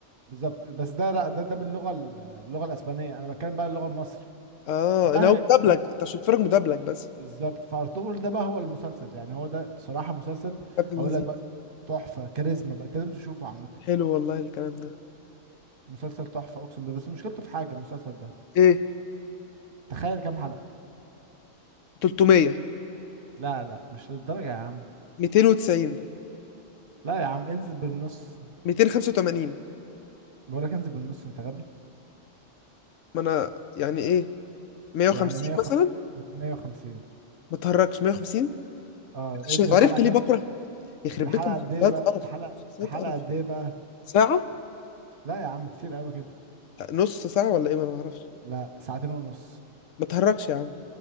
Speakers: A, on the right (about 50°); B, on the left (about 75°).
A: بالظبط بس ده لا ده ده باللغة ال- اللغة الاسبانية انا بتكلم بقى اللغة المصري
B: اه
A: ده
B: اللي هو
A: هي-
B: مدبلج
A: هي-
B: انت عشان تتفرج مدبلج بس
A: بالظبط فارطغرل ده بقى هو المسلسل يعني هو ده صراحة مسلسل
B: عبد اللذيذ
A: اقول لك بقى تحفة كاريزما بقى أنت لازم تشوفه عامة
B: حلو والله الكلام ده
A: مسلسل تحفة اقسم بالله بس مشكلته في حاجة المسلسل ده
B: ايه
A: تخيل كام حلقة
B: 300
A: لا لا مش للدرجة يا عم
B: 290
A: لا يا عم انزل بالنص
B: 285
A: بقولك انزل بالنص انت غبي
B: ما انا يعني ايه 150
A: يعني 100 وخ-
B: مثلا
A: 150
B: ما تهركش 150
A: اه
B: عشان
A: ادي الحلقة
B: عرفت
A: كام
B: ليه بكره يخرب
A: الحلقة
B: بيت المسلسلات
A: قد ايه بقى
B: قرف
A: الحلقة
B: مسلسلات
A: الحلقة
B: قرف
A: قد ايه بقى
B: ساعة
A: لا يا عم كتير قوي كده
B: نص ساعة ولا ايه ما انا ما اعرفش
A: لا ساعتين ونص
B: ما تهركش يا عم